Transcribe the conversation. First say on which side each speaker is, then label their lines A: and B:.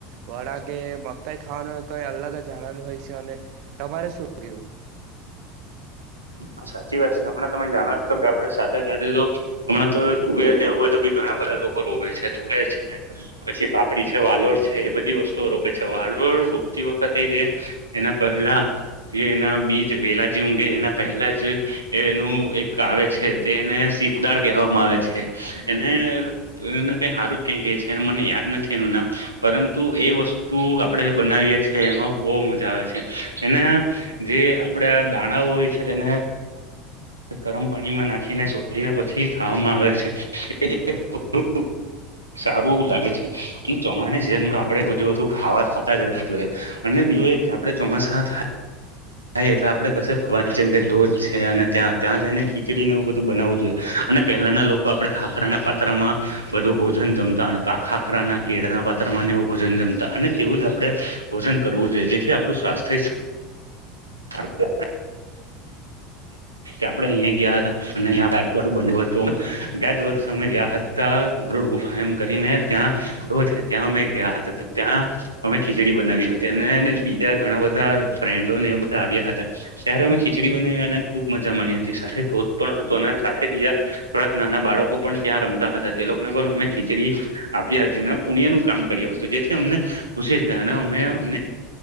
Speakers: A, on the right; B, on the right.
A: વડા કે મકાઈ ખાવાનું હોય કઈ અલગ જાણવાનું હોય છે અને તમારે શું કેવું
B: હા સાચી વાત છે હમણાં તમે જાણો છો કે આપડે સાથે સાથે તો હમણાં તો તુવેર ને એવું બધું બી ઘણા બધા લોકો રોવે છે તુવે છે પછી પાપડી છે વાલોર છે એ બધી વસ્તુઓ રોપે છે વાલોર રોપતી વખત જે એના પહેલા જે એના બીજ વેલાજી ઊઘે એના પહેલા જ એનું એક આવે છે તે એને સીપદાળ કહેવામાં આવે છે એને ક હારું જ કઈ કે છે મને યાદ નથી એનું નામ પરંતુ એ વસ્તુ આપડે બનાવીએ છીએ એમાં બહુ મજા આવે છે એના જે આપડા દાણાઓ હોય છે તેને ગરમ પાણીમાં નાખીને શોધીને પછી ખાવામાં આવે છે સારું લાગે છે અને ચોમાસાની સિઝનમાં આપડે બધું ખાવા ખાતા જ રહેવ જોઈએ અને બીજું આપડે ચોમાસા થાય હા એટલે આપડે કશે ફવાનું જેમ કે ધોધ છે અને ત્યાં ત્યાં જઈને ખીચડી ને એવું બધું બનાવવું જોઈએ અને પહેલાના લોકો આપણેે ખાખરાના પાત્રામાં બધું ભોજન જમતા ખાખરાના કેળના પાત્ર એવું ભોજન જમતા અને તેવું જ આપણે ભોજન કરવું જોઈએ જેથી આપણું સ્વાસ્થ્ય <inaudible> આપડે અહીયાં ગયા હતા અને અટુ બનવું હતું ગયાજ વર્ષમે ગયા <unintelligible> ગુફા એમ કરીને ત્યાં ત્યાં અમે ગયા હતા ત્યાં અમે ખીચ ખીચડી બનાવી હતી અને બીજા ઘણા બધા ધુ ને બધા આવ્યા હતા ત્યારે અમે ખીચડી બને અને ખુબ મજા મળ્યા હતી સાથે ધોધ પણ હતો અને સાથે બીજા થોડાક નાના બાળકો પણ ત્યાં રમતા હતા તે લોકોને પણ અમે ખીચડી આપ્યા હતી ને પુણ્ય નું કામ કર્યું હતું જેથી અમને ખુશી થઈ અને અમે અમને